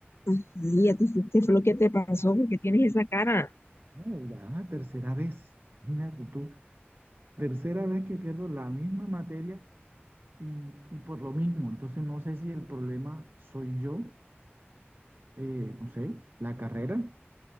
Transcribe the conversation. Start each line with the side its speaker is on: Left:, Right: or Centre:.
Left: Ajá, ¿Y a ti qué fue lo que te pasó? porque tienes esa cara?
Right: No, ya, tercera vez. Imagínate tú, tercera vez que pierdo la misma materia y, y por lo mismo. Entonces no sé si el problema soy yo, eh, no sé, la carrera